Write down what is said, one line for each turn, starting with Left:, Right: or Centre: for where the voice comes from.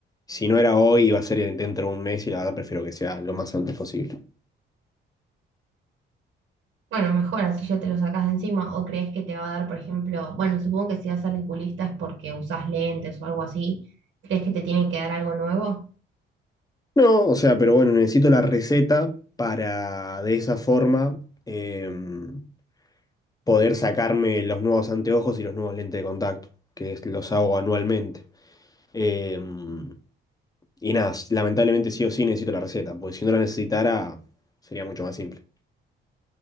Left: si no era hoy, iba a ser dentro de un mes y la verdad prefiero que sea lo más antes posible.
Right: Bueno, mejor así ya te lo sacas de encima, o crees que te va a dar, por ejemplo, bueno, supongo que si vas al oculista es porque usas lentes o algo así, ¿crees que te tiene que dar algo nuevo?
Left: No, o sea, pero bueno, necesito la receta para de esa forma em, poder sacarme los nuevos anteojos y los nuevos lentes de contacto, que es- los hago anualmente. Em, y nada, lamentablemente sí o sí necesito la receta, porque si no la necesitara sería mucho más simple.